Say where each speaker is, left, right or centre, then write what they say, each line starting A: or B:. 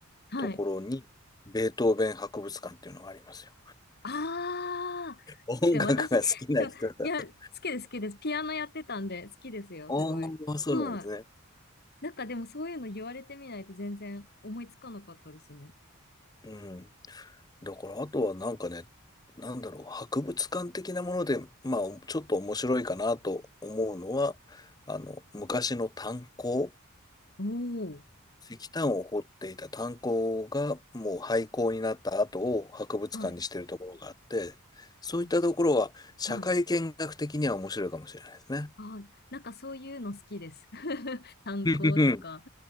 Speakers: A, on the left; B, on the left.
A: はい。
B: ところに、ベートーベン博物館っていうのがありますよ。
A: ああ、
B: 音楽が好きな人だと。
A: 確かに私、でも、いや、好きです、好きです。ピアノやってたんで、好きですよ、
B: あ
A: すごい。
B: あ、そうなんですね。
A: はい。なんかでもそういうの言われてみないと全然思いつかなかったですね。
B: うん。だから、あとはなんかね、なんだろう、博物館的なもので、まあ、ちょっと面白いかなと思うのは、あの、昔の炭鉱、
A: おー。
B: 石炭を掘っていた炭鉱がもう廃鉱になった後を博物館にしてるところがあって、
A: はい。
B: そういったところは社会見学的には面白いかもしれないですね。
A: 楽しそう。はい。あ、なんかそういうの好きです。<laughs> 炭鉱とか、
B: <laughs>